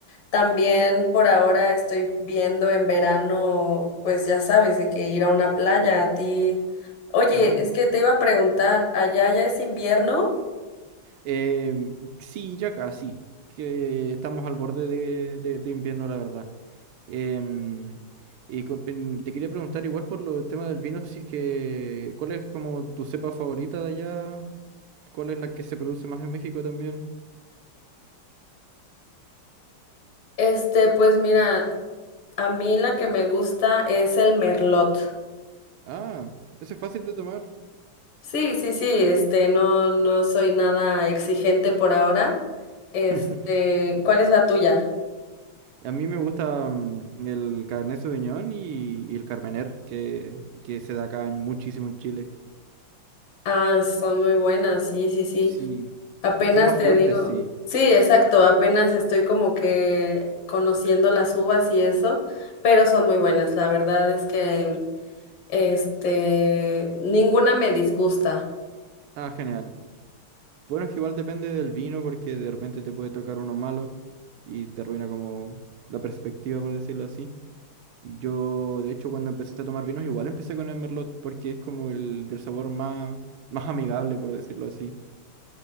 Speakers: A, on the left; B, on the right.
A: también por ahora estoy viendo en verano, pues ya sabes, de que ir a una playa a ti. Oye,
B: Ah,
A: es que te iba a preguntar, ¿allá ya es invierno?
B: em, sí, ya casi, que estamos al borde de, de- de invierno, la verdad. Em, y con- en- te quería preguntar igual por lo del tema del vino, si es que, ¿cuál es como tu cepa favorita de allá? ¿Cuál es la que se produce más en México también?
A: Este, pues mira, a mí la que me gusta es el merlot.
B: Ah, ese es fácil de tomar.
A: Sí, sí, sí, este, no, no soy nada exigente por ahora. Este,
B: <laughs>
A: ¿cuál es la tuya?
B: A mí me gusta mm, el Cabernet Sauvignon y, y el Carmener, que, que se da acá en- muchísimo en Chile.
A: Ah, son muy buenas, sí, sí, sí.
B: Sí,
A: Apenas
B: son más
A: te
B: fuertes,
A: digo,
B: sí.
A: sí, exacto, apenas estoy como que conociendo las uvas y eso, pero son muy buenas. La verdad es que, este, ninguna me disgusta.
B: Ah, genial. Bueno, es que igual depende del vino, porque de repente te puede tocar uno malo y te arruina como la perspectiva, por decirlo así. Yo, de hecho, cuando empecé a tomar vinos, igual empecé con el Merlot, porque es como el del sabor más, más amigable, por decirlo así.